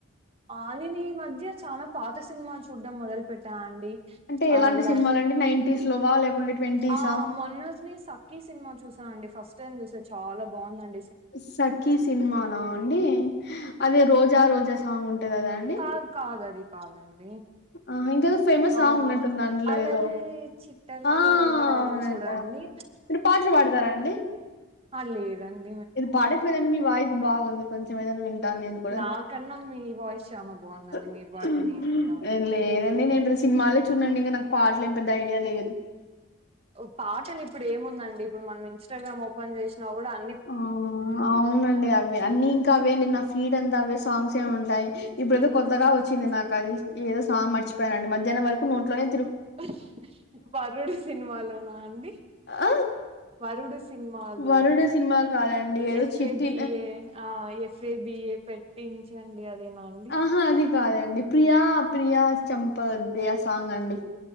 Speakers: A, on the right; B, on the left.
A: ఆనిని ఈ మధ్య చానా పాత సిన్ మాల్ చూడ్డం మొదల్ పెట్టా అండి
B: అంటే ఎలాంటి
A: ఆ లై
B: సినిమాలు అండి నైన్టీస్ లోవా లేకుంటే ట్వంటీసా
A: ఆ మోనస్నీ సక్ కీ సిన్ మా చూసాఅండి ఫస్ట్ టైం జూసే చాలా బావుందన్ అండ్
B: సఖీ సిన్ మానా అండి అదే రోజా రోజా సాంగ్ ఉంటది అదాండ్
A: కాద్ కాద్ కాద్ అది కాదండి
B: ఆ ఇంకేదో ఫేమస్
A: ఆ
B: సాంగున్నటుంది అంద్లో
A: అలలే
B: ఏదో
A: చిట్టలలే
B: ఆ
A: ఇలా ఉంది
B: ఔనండ్
A: చూడండి
B: ఔన్ మీర్ పాట్ల్ పాడతారండి
A: హ లేదన్డ్
B: ఇదు పడొచ్చుగదండి మీ వాయిస్ బాఉంది కొంచమ్ ఏదన్న విన్ టన్ నేన్ కూడ
A: నాకన్నా మీ వాయిస్ చాలా బాగుందండి
B: ఉహ్
A: మీరు పాడితే
B: ఉమ్
A: నేను వింటాను
B: ఏ లేదండి నేన్ రీస్ సిన్ మాలే చూడ్ నండి ఇగ నాక్ పాట్ లేపే దైర్యం లేదు
A: ఓ పాటలిప్పుడు ఏముందండి ఇప్పుడు మనం ఇన్ స్ట్రాగ్రామ్ ఓపెన్ జేష్నా గూడా అన్
B: ఆ అ ఔనండి అవె అన్ని ఇంకా అవే అండి నా ఫీడ్ అంతా అవే సాంగ్స్ ఏ ఉంటాయ్ ఇప్పుడు ఏదో కొత్తగాఓచ్చింది నాక్ అది ఏదో సా మర్చిప్యనండి మద్యన్నాం వర్క్ నోట్లోనె
A: ఆహ్ హ్ వరుడు సిన్ మాలోనా అండి
B: ఆ
A: వరుడు సిన్ మాలో
B: వరుడు సినిమా కాదండి ఏదో
A: ఎఫ్ఏబిఏ
B: చిట్టి
A: ఆ ఎఫ్ఏబిఏ పెట్టించండి అదే నాన్
B: ఆహా అది గాదండి ప్రియా ప్రియా చంపొద్దె ఆ సాంగాండి